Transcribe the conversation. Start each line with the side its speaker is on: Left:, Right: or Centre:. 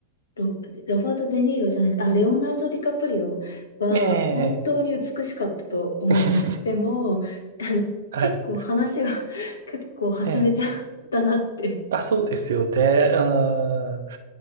Left: ロ、ロバート・デ・ニーロじゃない、あ、レオナルド・ディカプリオは本当に美しかったと思います。
Right: ええ <laughs> 確
Left: でも、あの、
Right: かに。
Left: 結構話は
Right: はい。
Left: <laughs> 結構はちゃめちゃだなって。
Right: ええあ、そうですよね。う